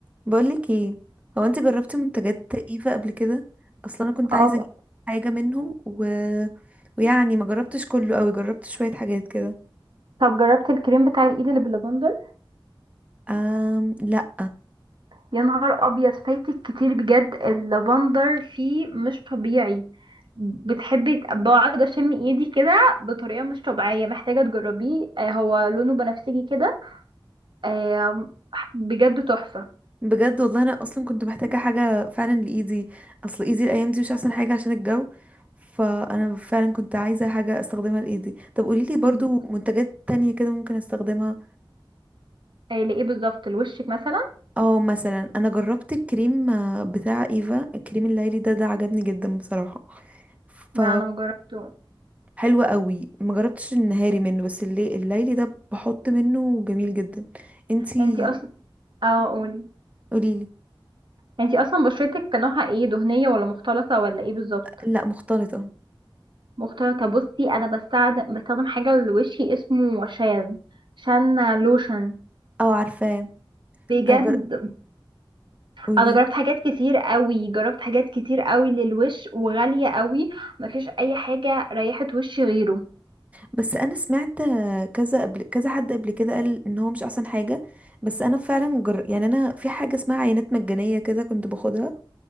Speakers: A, on the right (about 15°); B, on the right (about 65°).
A: بقولك ايه هو انت جربتي منتجات ايفا قبل كده اصلا انا كنت
B: اه
A: عايزه اجيب حاجه منهم و... ويعني ما جربتش كله قوي جربت شويه حاجات كده
B: طب جربت الكريم بتاع الايد اللي باللافندر
A: أم لا
B: يا نهار ابيض فايتك كتير بجد اللافندر فيه مش طبيعي بتحبي تق- بقعد اشم ايدي كده بطريقه مش طبيعيه محتاجه تجربيه آه، هو لونه بنفسجي كده آه، بجد تحفه
A: بجد والله انا اصلا كنت محتاجه حاجه فعلا لايدي اصل ايدي الايام دي مش احسن حاجه عشان الجو فانا فعلا كنت عايزه حاجه استخدمها لايدي طب قوليلي برضو
B: م.
A: منتجات تانية كده ممكن استخدمها
B: آه، لايه بالظبط لوشك مثلا
A: اه مثلا انا جربت الكريم آه، بتاع ايفا الكريم الليلي ده ده عجبني جدا بصراحه ف
B: لا انا ما جربته
A: حلو قوي ما جربتش النهاري منه بس اللي الليلي ده بحط منه جميل جدا انتي
B: انتي اصلا اه قولي
A: قوليلي
B: انتي اصلا بشرتك نوعها ايه دهنيه ولا مختلطه ولا ايه بالظبط
A: لا مختلطة
B: مختلطة بصي أنا بستعد... بستخدم حاجة لوشي اسمه شان شان لوشن
A: اه عارفاه
B: بجد
A: أجر... قولي
B: أنا جربت حاجات كتير قوي جربت حاجات كتير قوي للوش وغالية قوي مفيش أي حاجة ريحت وشي غيره
A: بس انا سمعت كذا قبل كذا حد قبل كده قال ان هو مش احسن حاجة بس انا فعلا جر... يعني انا في حاجة اسمها عينات مجانية كده كنت باخدها